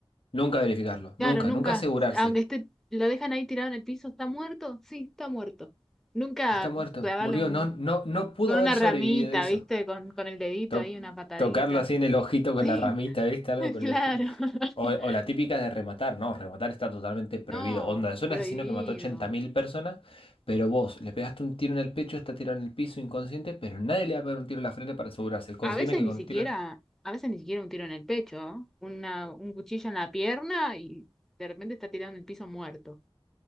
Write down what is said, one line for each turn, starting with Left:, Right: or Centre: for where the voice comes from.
Left: Nunca verificarlo,
Centre: Claro,
Left: nunca,
Centre: nunca,
Left: nunca asegurarse.
Centre: aunque esté, lo dejan ahí tirado en el piso, ¿está muerto? Sí, está muerto. Nunca
Left: Está muerto,
Centre: clavarle
Left: murió,
Centre: un,
Left: no, no, no pudo
Centre: con una
Left: haber
Centre: ramita,
Left: sobrevivido de eso.
Centre: ¿viste? Con, con el dedito
Left: To-
Centre: ahí, una patadita.
Left: tocarlo así en el ojito con
Centre: Sí,
Left: la ramita, ¿viste? Algo
Centre: <laughs>
Left: por
Centre: claro.
Left: el estilo.
Centre: <laughs>
Left: O, o la típica de rematar, no, rematar está totalmente prohibido.
Centre: No,
Left: Onda, es un
Centre: prohibido.
Left: asesino que mató ochenta mil personas, pero vos le pegaste un tiro en el pecho, está tirado en el piso inconsciente, pero nadie le va a pegar un tiro en la frente para asegurarse. Consideran
Centre: A veces
Left: que
Centre: ni
Left: con
Centre: siquiera,
Left: el tiro...
Centre: a veces ni siquiera un tiro en el pecho, ¿eh? Una, un cuchillo en la pierna y de repente está tirado en el piso muerto.